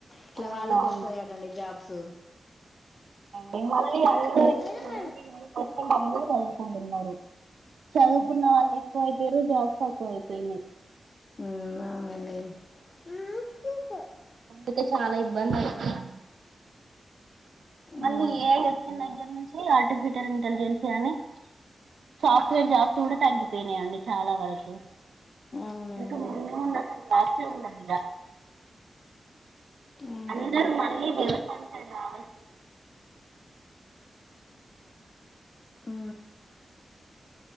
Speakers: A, on the left (about 50°); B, on the right (about 80°).
A: ఇట్లా
B: అవునవును
A: వాళ్ళకు వస్తాయటండి జాబ్స్
B: మిమల్ అందరూ ఇప్పుడు
A: ఉమ్
B: నై నైన్ పర్సెంట్ అందరూ చదువుకుంటున్నారు చదువుకున్న వాళ్ళు ఎక్కువయిపోయారు జాబ్స్ తక్కువ అయిపోయినాయి
A: ఉ అవునండి క <inaudible>
B: అందుక చాలా ఇబ్బంది పడుతున్నాను
A: ఆ
B: మళ్ళీ ఏఐ వచ్చిన దగ్గర నుంచి ఆర్టిఫిషియల్ ఇంటెలిజెన్స్ గాని సాఫ్ట్వేర్ జాబ్స్ కూడా తగ్గిపోయినాయండి చాలా వరకు
A: అవునండి
B: ఇకు నిన్న ఉన్న జాస్తి ఉంద
A: ఆహా
B: అందరు మళ్ళీ వ్యవసాయం చేయడం రావాల్సింది
A: అ